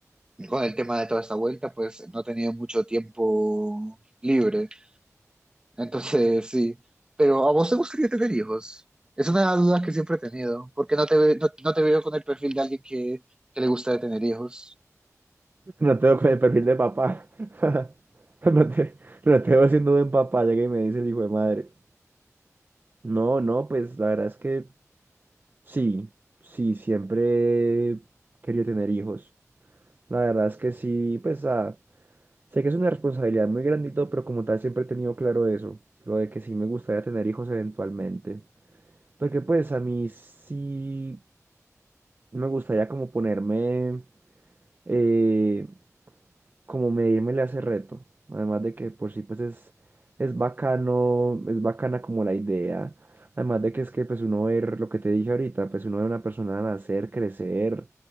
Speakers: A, on the right; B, on the right.
A: con el tema de toda esta vuelta, pues no he tenido mucho tiempo libre. Entonces, sí. Pero ¿a vos te gustaría tener hijos? Es una duda que siempre he tenido, porque no te, ve- no, no te veo con el perfil de alguien que, que le gusta tener hijos.
B: No tengo con el perfil de papá. <laughs> No te, no te veo siendo buen papá, llega y me dice el hijo de madre. No, no, pues la verdad es que sí, sí, siempre he querido tener hijos. La verdad es que sí, pues ah, sé que es una responsabilidad muy grandito pero como tal siempre he tenido claro eso, lo de que sí me gustaría tener hijos eventualmente. Porque pues a mí sí me gustaría como ponerme... eh, como medirme le hace reto. Además de que por sí pues es, es bacano, es bacana como la idea. Además de que es que pues uno ver lo que te dije ahorita, pues uno ver a una persona nacer, crecer,